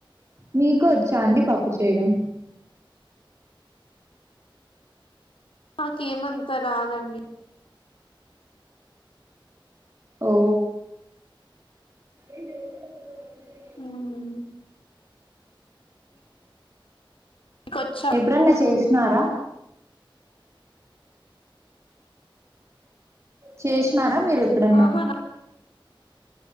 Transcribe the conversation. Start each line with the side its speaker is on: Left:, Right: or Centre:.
Right: మీకు వచ్చా అండి పప్పు చేయడం.
Left: నాకేమంతా రాదండి.
Right: ఓ. ఏం చేయటానికి
Left: ఉమ్. కోచ్చ.
Right: ఎప్పుడాన్నా చేసినారా. చేసినారా మీరు. ఎప్పుడన్నా
Left: ఆహానా.